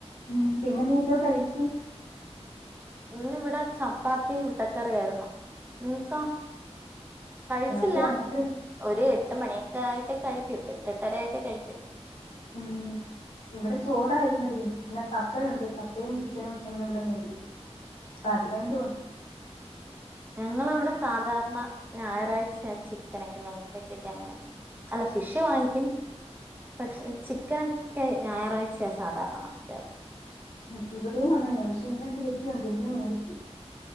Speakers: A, on the left (about 70°); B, on the right (about 15°).
A: ഉം പിന്നെ നീ എന്തോ കഴിച്ചേ?
B: ഇന്ന് വിടെ ചപ്പാതിം മുട്ടക്കറിയായിരുന്നു. നിങ്ങക്കാ കഴിച്ചില്ല
A: ഞങ്ങക്ക് രാത്രി
B: ഒര് എട്ട് മണിയൊക്കെ ആയിട്ട് കഴിക്കൂ എട്ടെട്ടര ആായിട്ട് കഴിക്കൂ.
A: ആഹ് ഇവിടെ ചോറായിര്ന്നെടി പിന്നെ, കപ്പയുണ്ട് കപ്പയും ചിക്കനും ഇന്ന് ഇവിടെ മേടിച്ചു. ഇപ്പ
B: ആഹ്
A: അത് രണ്ടൂണ്ട്.
B: ഞങ്ങളവിടെ സാധാരണ ഞായറാഴ്ച്ചയാ ചിക്കനൊക്കെ നോൺ വെജ്ജെക്കെ അങ്ങനെ. അല്ല ഫിഷ് വാങ്ങിക്കും. പക്ഷെ ചിക്കനൊക്കെ ഞായറാഴ്ചയാ സാധാരണ വാങ്ങിക്കാറ്.
A: ഉം ഇവിടെയും അങ്ങനെയാണ്. പക്ഷെ, ഇന്നെന്ത് പറ്റിയെന്തോ ‌ ഇന്ന് മേടിച്ച്.